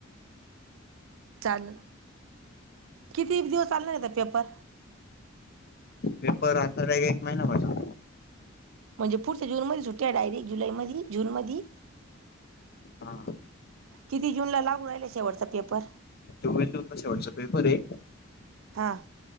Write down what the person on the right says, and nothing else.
चालंल. कितीक दिवस चालणार आहेत पेपर?
म्हणजे पुढच्या जूनमध्ये सुट्ट्यायं डायरेक्ट, जुलैमदी? जून मदी?
किती जूनला लागू राहिला शेवटचा पेपर.
हां.